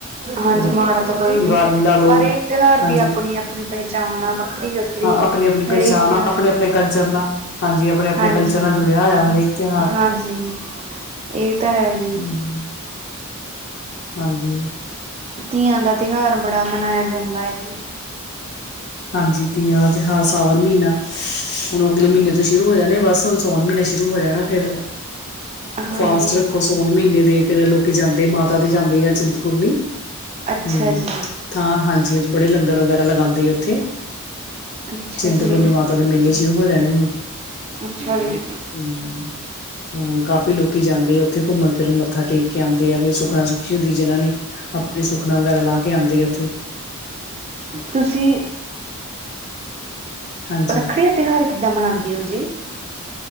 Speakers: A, on the right; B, on the left.
A: ਹਾਂਜੀ
B: ਹਾਂ
A: ਮਾੜਾ ਤਾਂ ਕੋਈ
B: ਦੀਵਾਲੀ
A: ਵੀ ਨੀ
B: ਲਾ ਲਓ
A: ਹਰੇਕ ਤਿਉਹਾਰ
B: ਹਾਂਜੀ
A: ਦੀ ਆਪਣੀ ਆਪਣੀ। ਪਹਿਚਾਣ ਆ ਵੱਖਰੀ ਵੱਖਰੀ
B: ਹਾਂ ਆਪਣੀ ਆਪਣੀ
A: ਹਰੇਕ
B: ਪਹਿਚਾਣ
A: ਤਿਉਹਾਰ
B: ਆਪਣੇ ਆਪਣੇ ਕਲਚਰ ਨਾਲ ਹਾਂਜੀ ਆਪਣੇ ਆਪਣੇ
A: ਹਾਂਜੀ
B: ਕਲਚਰ ਨਾਲ ਜੁੜੇ ਵਿਆਹਇਆ ਹਰੇਕ ਤਿਉਹਾਰ
A: ਹਾਂਜੀ ਇਹ ਤਾਂ ਹੈ ਜੀ।
B: ਹੂੰ ਹੂੰ ਹਾਂਜੀ
A: ਧੀਆਂ ਦਾ ਤਿਉਹਾਰ ਬੜਾ ਮਨਾਇਆ ਜਾਂਦਾ ਹੈ ਜੀ।
B: ਹਾਂਜੀ ਤੀਆਂ ਦਾ ਤਿਉਹਾਰ ਸਾਵਣ ਮਹੀਨਾ ਹੁਣ ਅਗਲੇ ਮਹੀਨੇ ਤੋਂ ਸ਼ੁਰੂ ਹੋ ਜਾਣੇ ਬਸ। ਸੋਨ ਮਹੀਨਾ ਸ਼ੁਰੂ ਹੋ ਜਾਣਾ ਫੇਿਰ।
A: ਹਾਂਜੀ
B: ਫਾਸਟ ਰੱਖੋ ਸੋਨ ਮਹੀਨੇ ਦੇ ਫੇਰ ਲੋਕੀ ਜਾਂਦੇ ਮਾਤਾ ਦੇ ਜਾਂਦੇ ਆ ਚਿੰਤ। ਭਮੀ
A: ਅੱਛਾ
B: ਹਮ
A: ਜੀ
B: ਥਾਂ ਹਾਂਜੀਥ ਬੜੇ ਲੰਗਰ ਵਗੈਰਾ ਲਗਾਉਂਦੇ ਆ। ਜ।
A: ਅੱਛਾ
B: ਚਿੰਤਪੂਰਨੀ
A: ਜੀ
B: ਮਾਤਾ ਦੇ ਮੇਲੇ ਸ਼ੁਰੂ ਹੋ ਜਾਣੇ ਹੁਣ।
A: ਅੱਛਾ ਜੀ
B: ਹਮ ਹਮ ਕਾਫੀ ਲੋਕੀ ਜਾਂਦੇ ਆ ਉੱਥੇ ਘੁੰਮਣ ਫਿਰਨ ਮੱਥਾ ਟੇਕ ਕੇ ਆਉਂਦੇ ਆ ਵੀਈ ਸੁੱਖਣਾ ਸੁੱਖੀਆਂ ਹੁੰਦੀ ਜਿਨਾਂ ਨੇ ਆਪਣੀ ਸੁਖਨਾ ਵਗੈਰਾ ਲਾ ਕੇ ਆਉਂਦੇ ਉੱਥੇ
A: ਤੁਸੀਂ।
B: ਹਾਂਜੀ
A: ਰੱਖੜੀ ਦਾ ਤਿਉਹਾਰ ਕਿੱਦਾਂ ਮਨਾਉਂਦੇ ਹੋ ਜੀ।